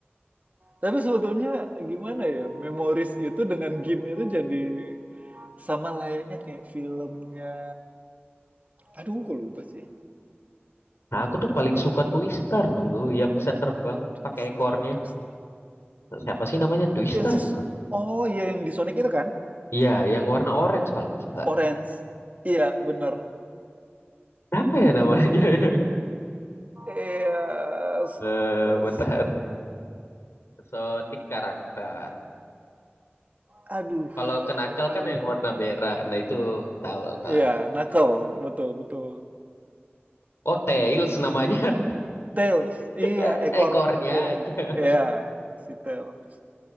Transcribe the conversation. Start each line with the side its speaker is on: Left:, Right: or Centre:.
Right: Tapi sebetulnya gimana ya? Memories itu dengan game itu jadi sama layaknya kayak filmnya. Aduh, kok lupa sih.
Left: Nah, aku tuh paling suka Twister dulu yang bisa terbang
Right: Twister,
Left: pakai ekornya.
Right: Twister.
Left: Siapa sih namanya Twister
Right: Yang si-
Left: bukan?
Right: oh iya yang di Sonic itu kan?
Left: Iya, yang warna orange kalau nggak salah.
Right: Orange. Iya, bener.
Left: Apa ya namanya <laughs> yang?
Right: Iya, s-
Left: Eh, bentar.
Right: s-
Left: Sonic karakter.
Right: aduh,
Left: Kalau kenakal
Right: aduh.
Left: kan yang warna merah. Nah itu tahu lah kalau
Right: Iya, knuckle, betul, betul.
Left: Oh, Tails namanya.
Right: Tails, iya,
Left: Eh,
Right: ekor,
Left: ekornya
Right: iya,
Left: aja. <laughs>
Right: iya, si Tails.